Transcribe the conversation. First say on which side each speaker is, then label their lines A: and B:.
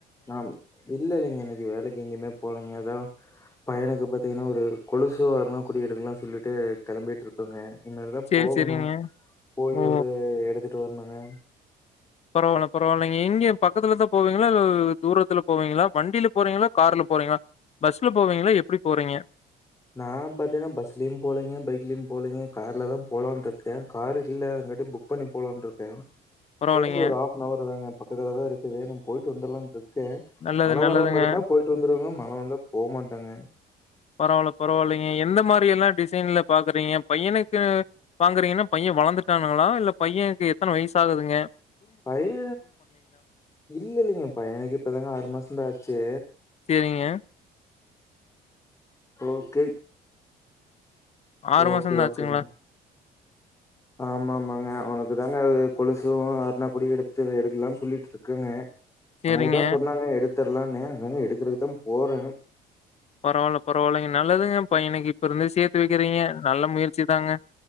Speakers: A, on the left (about 15°); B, on the left (about 40°).
A: ஆமா இல்லல்லைங்க இன்னைக்கு வேலைக்கு எங்குயுமே போலைங்க எதோ பையனுக்கு பாத்திங்கனா ஒரு ஒரு கொலுசு ஒரு அருணா கொடி எடுக்கலா சொல்லிட்டு கெளம்பிட்ருக்கொங்க இனிமேலதா
B: சரி,
A: போகணு
B: சரிங்க.
A: போய்
B: ஓ!
A: ஒரு எடுத்துட் டோர்னுங்க
B: பரவால்ல பரவால்லைங்க எங்க பக்கத்துலதா போவெங்களா இல்ல தூரத்துல போவெங்களா வண்டியில போறெங்களா கார்ல போறெங்க பஸ்ல போவீங்களா எப்படி போறெங்க
A: நா பாத்தெங்னா பஸ்லயு போலெங்க பைக்லயும் போலெங்க கார்ல தாம்போலான்ருக்கே கார் இல்ல அதுகாட்டி புக் பண்ணி போலான்ருக்கே
B: பரவால்லைங்க.
A: இங்கருந்து ஒரு ஹாஃப் னவர் தாங்க பக் இதுலதா இருக்குது நா போயிட்டு வந்துர்லான்றுக் கே
B: நல்லது,
A: மழ
B: நல்லதுங்க.
A: வர மாருந்தா போயிட்டு வந்துருங்கம் மழ வந்தா போ மாட்டேங்க
B: பரவால பரவால்லைங்க எந்த மாரி எல்லா டிசைன்ல பாக்குறீங்க பையனுக்கு வாங்குறிகனா பையன் வளர்ந்துட்டானுங்களா இல்ல பையனுக்கு எத்தன வயசாகுதுங்க
A: பைய இல்ல இல்லைங்க பையனுக்கு இப்பதாங்க ஆறு மாசந்தா ஆச்சி
B: சரிங்க.
A: ஓகே
B: ஆறு
A: ஓகே
B: மாசந்தா
A: ஓகேங்க
B: ஆச்சுங்களா
A: ஆமா ஆமாங்க அவனுக்கு தாங்க அது கொலுசு அறுணா கொடி எடுத்து எடுக்கலான் சொல்லிட்ருக்கங்க
B: சரிங்க.
A: ஆனா இதா சொன்னாங்க எடுத் தரலான்னு அதாங்க எடுக்றதுக்கு தா போறே
B: பரவால்ல பரவால்லைங்க நல்லதுங்க பையனுக்கு இப்பருந்தே சேத்து வக்கிறிங்க நல்ல முயற் ச்சு தாங்க